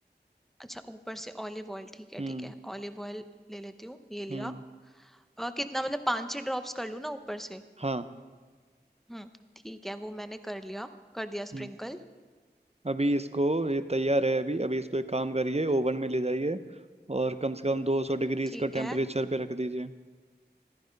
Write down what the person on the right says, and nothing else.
हम्म
हम्म
हाँ
हम्म
अभी इसको ये तैयार है अभी अभी इसको एक काम करिए ओवन में ले जाइए और कम से कम 200 डिग्री
इसका
टेम्परेचर पे रख दीजिए